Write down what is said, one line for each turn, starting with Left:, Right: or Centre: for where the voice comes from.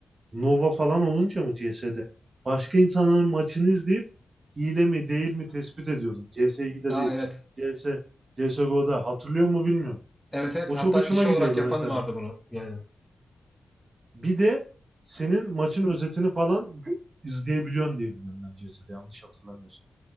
Right: Nova falan olunca mı CS'de? Başka insanların maçını izleyip hile mi değil mi tespit ediyordum. CS2'de
Centre: Aa
Right: değil.
Centre: evet.
Right: CS, CSGO'da. Hatırlıyor mu bilmiyorum.
Centre: Evet evet.
Right: O çok
Centre: Hatta
Right: hoşuma
Centre: iş
Right: gidiyordu
Centre: olarak yapan
Right: mesela.
Centre: vardı bunu. Yani
Right: Bir de senin maçın özetini falan gö- izleyebiliyorsun diye biliyorum ben CS'de yanlış hatırlamıyorsam.